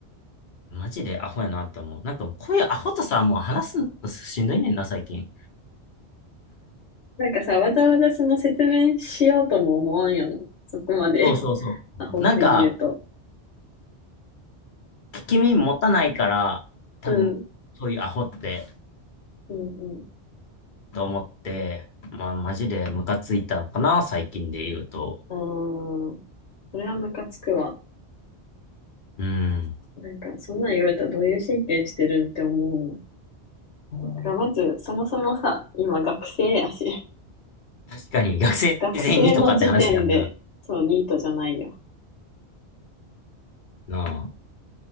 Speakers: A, on the left (about 50°); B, on the left (about 70°).
A: マジでアホやなと思う。なんか、こういうアホとさ、もう話すのしんどいねんな、最近。
B: なんかさ、わざわざその説明しようとも思わんよな。そこまで
A: そうそうそう。
B: <laughs> アホすぎると。
A: なんか、聞き耳持たないから、多分、
B: うん、
A: そういうアホって、
B: うん、うん。
A: と思って、まあ、マジでムカついたのかな、最近で言うと。
B: ああ、それはムカつくわ。
A: うん。
B: なんか、そんなん言われたらどういう神経してるんって思うもん。だからまず、そもそもさ、今学生やし、<laughs>
A: 確かに、学生全員にとかって話やんな。
B: 学生の時点で、そう、ニートじゃないよ。
A: な